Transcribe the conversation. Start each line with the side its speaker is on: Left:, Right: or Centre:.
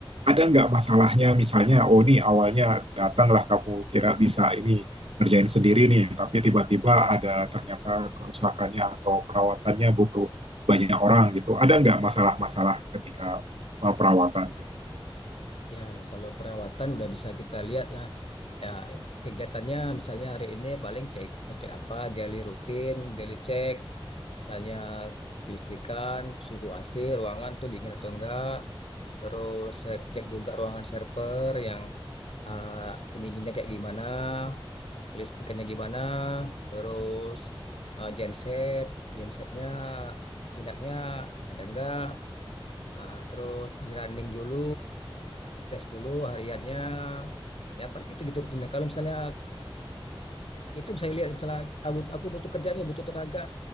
Right: Ada nggak masalahnya misalnya oh ini awalnya datanglah kamu kira bisa ini ngerjain sendiri nih, tapi tiba-tiba ada ternyata kerusakannya atau perawatannya butuh banyak orang gitu. Ada nggak masalah-masalah ketika uh, perawatan gitu.
Left: Ya, kalau perawatan udah bisa kita lihat lah Ya, kegiatannya misalnya hari ini paling cek ngecek apa daily rutin, daily check, misalnya kelistrikan, suhu AC, ruangan tuh dingin atau enggak, terus saya cek juga ruangan server yang eh, pendinginnya kayak gimana, kelistrikannya gimana, terus eh, genset, gensetnya minyaknya ada enggak, Eh, terus di running dulu, tes dulu hariannya, ya paling gitu-gitu rutinnya. Kalau misalnya itu bisa lihat misalnya ah, but- aku untuk kerja nih butuh tenaga